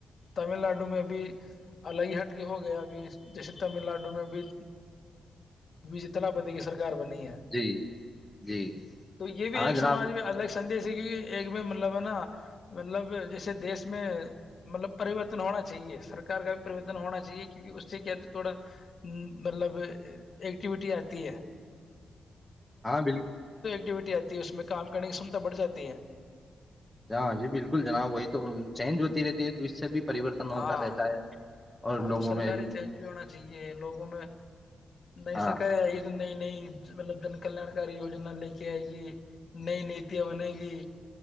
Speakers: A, on the left; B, in the centre.
A: تمل ناڈو میں بھیبھی اللیئیہٹ ہو گیا ابھی جیسے تمل ناڈو میں بھی بیجی تلاپتی کی سرکار گ بنی ہے
B: جی جی
A: تو یہ بھی
B: ہاں
A: ایک سماج
B: جناب
A: میں الگ سے سندیش ایک میں مطلب ہے نا مطلب جیسے دیش میں مطلب پریوررتن ہونا چاہیے سرک کا بھی پریورتن ہونا چاہیے کیونکہ اس سے کیا تھوڑا مطلب ایکٹیویٹی آتی ہے
B: ہاں بالکل
A: ایکٹیوٹی آتی ہے اس میں کام کرنے کی کمتا بڑھ جاتی ہے
B: ہاںاں جی بالکل جناب وہی تو چینج ہوتی رہتی ہے تو اس سے بھی پریورتن ہوتا
A: ہاں
B: رہتا ہے اور
A: ہاں
B: لوگوں
A: تو سرکاریں
B: میں
A: چینج بھی ہونا چاہیے لوگوں میں نئی
B: ہاں
A: سرکاریں آئی ہے تو نئی نئی مطلب جن کلان کاری یجنا لے کے آئے گی نئی نیتیاں بنے گی